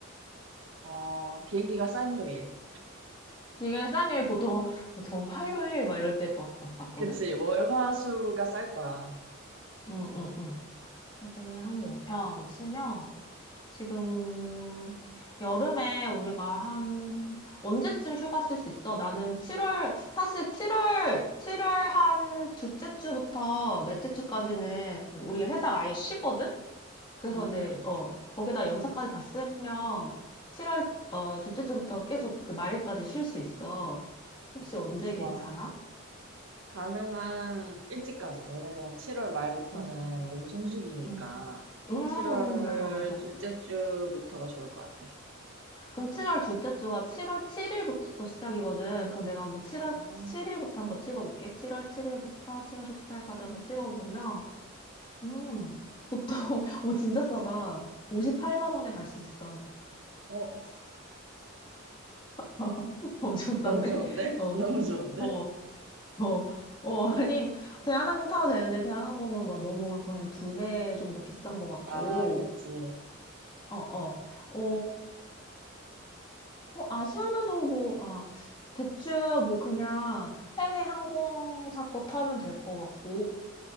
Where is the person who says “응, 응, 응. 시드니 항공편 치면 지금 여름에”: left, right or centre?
Left